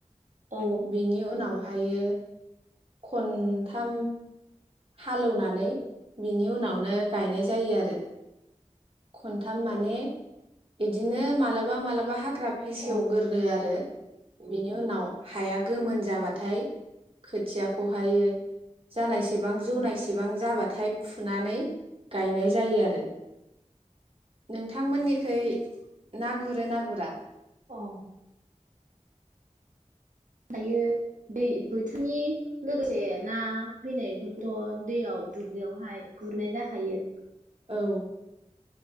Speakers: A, on the right; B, on the right.
A: औ
B: बेनि उनावा हायो खनथाम हालेवनानै बिनि उनावनो गायनाय जायो आरो खनथाम माने बिदिनो मालाबा मालाबा हा हाग्रा फेसेवग्रोरो
A: औ
B: आरो बिनि उनाव हाया गोमोन जाबाथाय खोथियाखौहायो जानायसेबां जौनायसेबां जाबाथाय फुनानै गायनाय जायो आरो नोंथांमोननिखै ना गुरो ना गुरा
A: अ दायो दै बोथोनि लोगोसे से ना फैनायफोरखौथ दैयाव दुब्लियावहाय गुरनाय जाखायो
B: औ